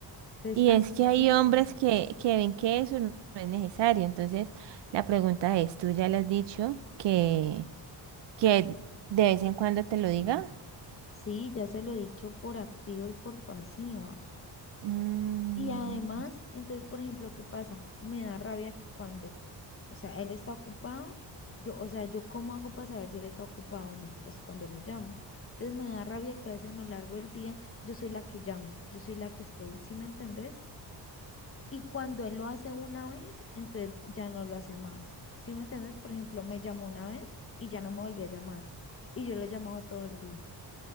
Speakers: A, on the left; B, on the right.
A: Entonces,
B: Y
A: hasta
B: es que
A: aquí,
B: hay hombres
A: como
B: que,
A: vas?
B: que ven que eso no es necesario. Entonces, la pregunta es, ¿tú ya le has dicho que... que de vez en cuando te lo diga.
A: Sí, ya se lo he dicho por activa y por pasiva.
B: Mm,
A: Y además, entonces, por ejemplo, ¿qué pasa? Me da rabia que cuando, o sea, él está ocupado, yo, o sea, yo cómo hago para saber si él está ocupado o no, pues cuando lo llamo. Entonces me da rabia que a veces a lo largo del día yo soy la que llamo, yo soy la que estoy, ¿sí me entendés? Y cuando él lo hace una vez, entonces ya no lo hace más, ¿sí me entendés? Por ejemplo, me llamó una vez y ya no me volvió a llamar y yo lo he llamado todo el día.